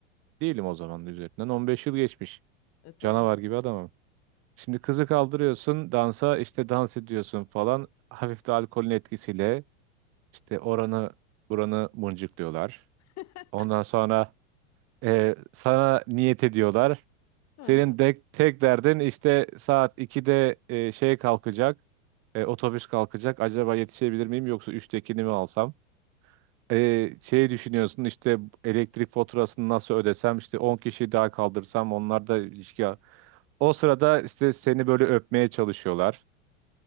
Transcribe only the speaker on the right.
değilim o zamanın üzerinden. 15 yıl geçmiş.
Canavar gibi adamım. Şimdi kızı kaldırıyorsun dansa işte dans ediyorsun falan. Hafif de alkolün etkisiyle işte oranı buranı mıncıklıyorlar.
Ondan sonra e, sana niyet ediyorlar.
Senin
de, tek derdin işte saat 2'de e, şey kalkacak. E, otobüs kalkacak. Acaba yetişebilir miyim yoksa 3'tekini mi alsam? E, şey düşünüyorsun işte elektrik faturasını nasıl ödesem işte 10 kişi daha kaldırsam onlar da ilişki. O sırada işte seni böyle öpmeye çalışıyorlar.